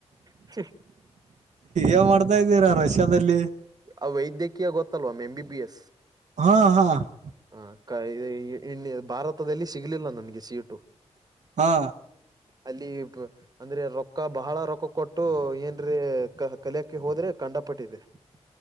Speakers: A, on the right (about 30°); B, on the right (about 75°).
A: <unintelligible>
B: ಏನ್ ಮಾಡ್ತಾ ಇದ್ದೀರಾ ರಷ್ಯಾದಲ್ಲಿ? <unintelligible>
A: ಆ ವೈದ್ಯಕೀಯ ಗೊತ್ತಲ್ವ ಮೀಮ್ ಬಿ ಎಸ್. <unintelligible>
B: ಆ ಆ <unintelligible>
A: ಹ ಕ ಇದ ಇಂಡಿಯ ಭಾರತದಲ್ಲಿ ಸಿಗಲಿಲ್ಲ ನನಗೆ ಸೀಟು. <unintelligible>
B: ಹಾ
A: ಅಲ್ಲಿ ಬ <unintelligible> ಅಂದ್ರೆ ರೊಕ್ಕ ಬಹಳ ರೊಕ್ಕ ಕೊಟ್ಟು ಏನ್ರೀ ಕಹ ಕಲಿಯಕ ಹೋದ್ರೆ ಕಂಡಪಟ್ಟಿದೆ. <unintelligible>